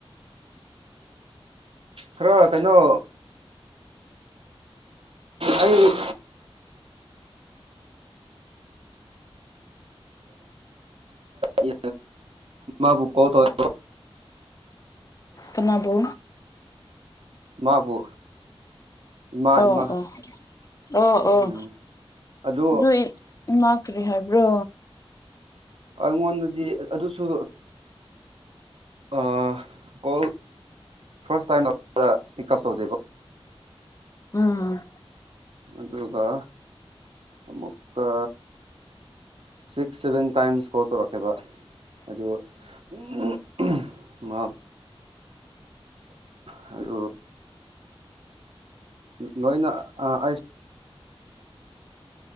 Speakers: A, on the right; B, on the left.
A: ꯈꯔ ꯀꯩꯅꯣ ꯑꯩ ꯏ ꯃꯥꯕꯨ ꯀꯣꯜꯇꯧꯌ‌ꯦꯀ‌ꯣ
B: ꯀꯅꯥꯕꯨ
A: ꯃꯥꯕꯨ ꯏꯃꯥ
B: ꯑꯣ
A: ꯏꯃꯥ
B: ꯑꯣ ꯑꯣ ꯑꯣ
A: ꯎꯝ ꯑꯗꯨ
B: ꯑꯗꯨꯏ ꯏꯃꯥ ꯀꯔꯤ ꯍꯥꯏꯕ꯭ꯔꯣ
A: ꯑꯩꯉꯣꯟꯗꯗꯤ ꯑꯗꯨꯁꯨ ꯑꯥ ꯀꯣꯜ ꯐꯥꯔꯁ ꯇꯥꯏꯝ ꯑꯗꯨꯗ ꯄꯤꯛꯀꯞ ꯇꯧꯗꯦꯕ
B: ꯎꯝ
A: ꯑꯗꯨꯒ ꯑꯃꯨꯛꯀ ꯁꯤꯛꯁ ꯁꯚꯦꯟ ꯇꯥꯏꯝꯁ ꯀꯣꯜ ꯇꯧꯔꯛꯀꯦꯕ ꯑꯗꯨ ꯎꯝ ꯃꯥ ꯍꯥꯏꯌꯨ ꯂ‌ꯣꯏꯅ ꯑ ꯑꯩꯁ